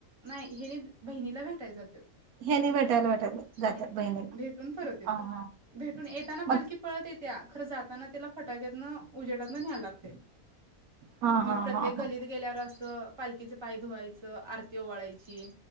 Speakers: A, on the right (about 20°); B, on the right (about 80°).
A: नाही हेने बहिणीला भेटाय जात्यात
B: ह्यानी भेटायला भेटायला जातात
A: हम्
B: बहिणीला.
A: भेटून परत येतो
B: हा हा
A: भेटून येताना
B: मग
A: पालखी पळत येतिया खर जात त्यानं त्याला फटाक्यातन उजेडातन न्यायला लागतय.
B: हा हा
A: म प्रत्येक
B: हा हा
A: गलीत गेल्यावर असं पालखीं पाय धुवायचं आर वोवाळायची